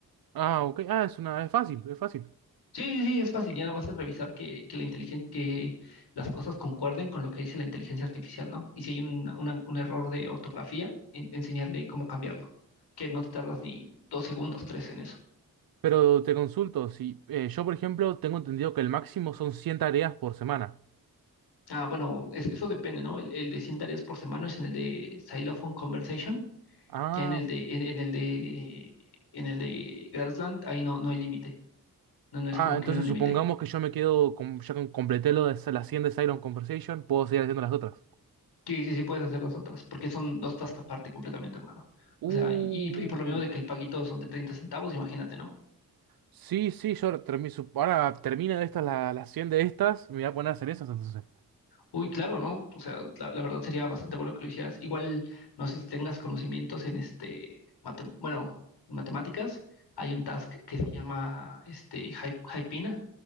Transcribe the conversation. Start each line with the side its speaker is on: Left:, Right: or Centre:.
Right: Ah, ok. Ah, es una... Es fácil, es fácil.
Left: Sí, sí, sí, es fácil, ya nada más es revisar que, que la inteligen- que las cosas concuerden con lo que dice la inteligencia artificial, ¿no? Y si hay un, una- un error de ortografía, en- enseñarle cómo cambiarlo, que no te tardas ni dos segundos, tres en eso.
Right: Pero te consulto, si eh, yo por ejemplo tengo entendido que el máximo son 100 tareas por semana.
Left: Ah, bueno, es- eso depende, ¿no? El, el de 100 tareas por semana es en el de Xylophone Conversation,
Right: Ah,
Left: Ya en el de, en, en el de, en el de Grassland, ahí no, no hay límite. No, no es
Right: ah,
Left: como
Right: entonces
Left: que hubiera un límite.
Right: supongamos que yo me quedo, con, ya con- completé lo de s- las 100 de Silent Conversation, puedo seguir haciendo las otras.
Left: Sí, sí, sí puedes hacer las otras, porque son dos tasks
Right: Uh.
Left: aparte completamente, hermano.
Right: Uh,
Left: O sea, y, y por lo mismo de que el paguito son de 30 centavos, imagínate, ¿no?
Right: sí, sí, yo ahora termi- su- ahora termino de estas, la- las 100 de estas, me voy a poner a hacer esas entonces,
Left: Uy, claro, ¿no? O sea, la, la verdad sería bastante bueno que lo hicieras. Igual, no sé si tengas conocimientos en este, matem- bueno, en matemáticas, hay un task que se llama este Hy- Hypina